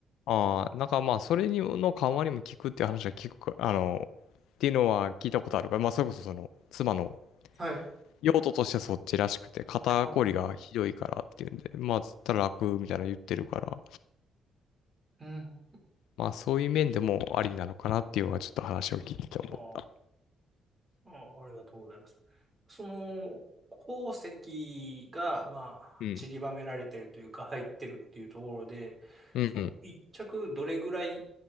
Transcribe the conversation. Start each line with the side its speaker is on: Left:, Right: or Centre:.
Left: ああ、なんかまあ、それにの緩和にも効くっていう話は聞くか、あの、っていうのは聞いたことあるから、まあ、それこそその、妻の
Right: はい。
Left: 用途としてはそっちらしくて、肩こりがひどいからっていうんで、
Right: ああ、う
Left: まあ、つったら楽みたいなの言ってるから、
Right: ん。
Left: まあ、そういう面でもありなのかなっていうのはちょっと話を聞いてて思った。
Right: ああ、あありがとうございます。その、鉱石が、まあ、
Left: うん。
Right: 散りばめられてるというか、入ってるっていうところで、
Left: うんうん。
Right: その、一着どれぐらい、